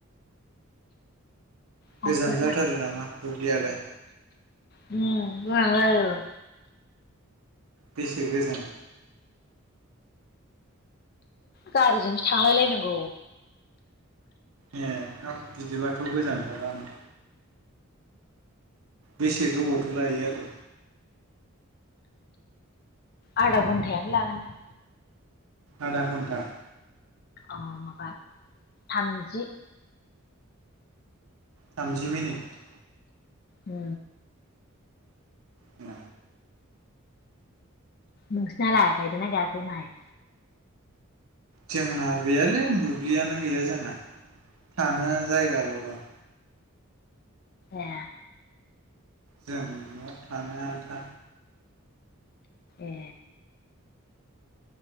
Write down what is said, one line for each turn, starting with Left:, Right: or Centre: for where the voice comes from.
Left: थांफेरनो
Right: गोजान जाथारो नामा दुब्लियालाय
Left: उम गोजान जायो
Right: बेसे गोजान
Left: गारिजोंसो थांलायलायनांगौ
Right: ए हाब बिदिबाथ' गोजानथारानो बेसे गोबावथो लायो आरो
Left: आदा घन्थायानो लागोन दां
Right: आधा घन्टा
Left: औ माबा थामजि
Right: थामजि मिनिट
Left: उ
Right: ओ
Left: नोंसिनालाय गायदोंना गायाखै माइ?
Right: जोंना गैयालै दुब्लियानो गैया जोंना। थानो जायगाल' दं।
Left: ए
Right: जों न' थानो आन्था।
Left: ए